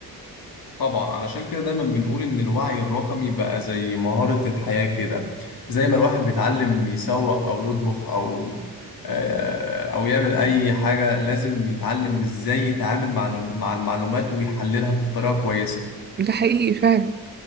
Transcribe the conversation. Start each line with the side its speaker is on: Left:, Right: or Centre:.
Left: طبعا علشان كده دايما بنقول إن الوعي الرقمي بقى زي مهارة الحياة كده زي ما الواحد بيتعلم يسوق أو يطبخ أو آه، أو يعمل أي حاجة لازم يتعلم إزاي يتعامل مع مع المعلومات ويحللها بطريقة كويسة
Right: ده حقيقي فعلا